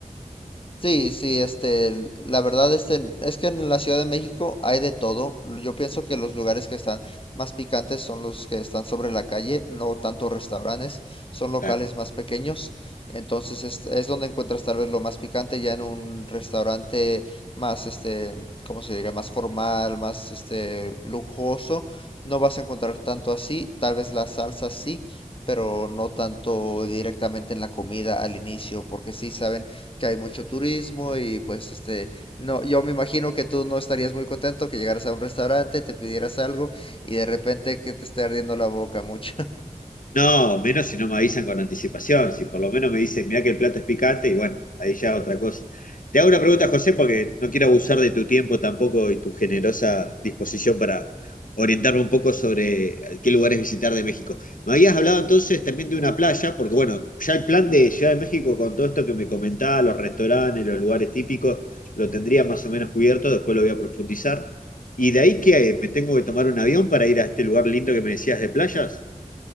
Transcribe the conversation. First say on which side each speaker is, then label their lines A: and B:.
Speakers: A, on the left; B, on the left.
A: Sí, sí, este, l- la verdad, este, es que en la Ciudad de México hay de todo. Yo pienso que los lugares que están más picantes son los que están sobre la calle, no tanto restaurantes, son locales
B: Claro.
A: más pequeños. Entonces es, es donde encuentras tal vez lo más picante ya en un restaurante más, este, ¿cómo se diría? Más formal, más, este, lujoso. No vas a encontrar tanto así, tal vez la salsa sí, pero no tanto directamente en la comida al inicio, porque sí saben que hay mucho turismo y pues este, no, yo me imagino que tú no estarías muy contento que llegaras a un restaurante, te pidieras algo y de repente que te esté ardiendo la boca mucho. <laughs>
B: No, menos si no me avisan con anticipación, si por lo menos me dicen, mirá que el plato es picante y bueno, ahí ya otra cosa. Te hago una pregunta, José, porque no quiero abusar de tu tiempo tampoco y tu generosa disposición para orientarme un poco sobre qué lugares visitar de México. Me habías hablado entonces también de una playa, porque bueno, ya el plan de Ciudad de México con todo esto que me comentaba, los restaurantes, los lugares típicos, lo tendría más o menos cubierto, después lo voy a profundizar. ¿Y de ahí que me tengo que tomar un avión para ir a este lugar lindo que me decías de playas?